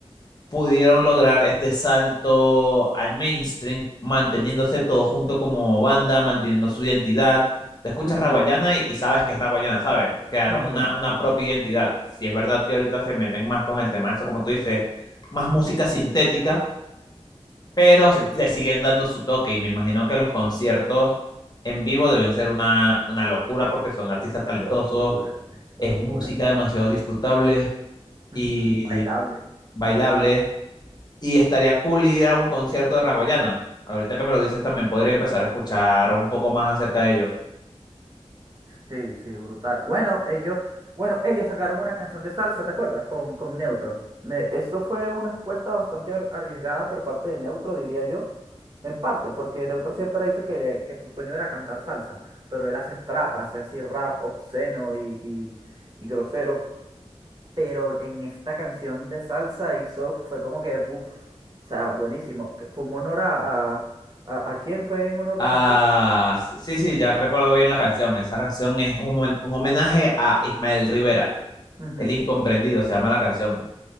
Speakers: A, on the left (about 40°); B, on the right (about 35°).
A: pudieron lograr este salto al mainstream, manteniéndose todos juntos como banda, manteniendo su identidad. Te escuchas
B: Ujú,
A: Raguayana y, y sabes que es Raguayana, ¿sabes? Crearon
B: ujú,
A: una, una propia identidad. Si es verdad que ahorita se meten más con el tema, eso como tú dices, más música sintética, pero
B: sí,
A: le siguen dando su toque y me imagino que los conciertos en vivo deben ser una, una locura porque son artistas
B: una
A: talentosos,
B: locura, es una
A: es
B: locura.
A: música demasiado disfrutable y
B: ujú, Bailable.
A: bailable y estaría cool ir a un concierto de Ragoyana. Ahorita que me lo dices también podría empezar a escuchar un poco más acerca de ello.
B: Sí, sí, brutal. Bueno, ellos, bueno, ellos sacaron una canción de salsa, ¿te acuerdas? Con, con Neutro. Me- eso fue una apuesta bastante ar- arriesgada por parte de Neutro, diría yo. En parte, porque Neutro siempre ha dicho que, le- que su sueño era cantar salsa, pero él hace trap, hace así rap obsceno y, y- y grosero. Pero en esta canción de salsa hizo, fue como que, uff, o sea, buenísimo. que Fue un honor a, a, a, ¿a quién fue en honor
A: Ah,
B: la canción?
A: sí, sí, ya recuerdo bien la canción. Esa canción es un, homen- un homenaje a Ismael Rivera,
B: Ujú,
A: el incomprendido, se llama la canción.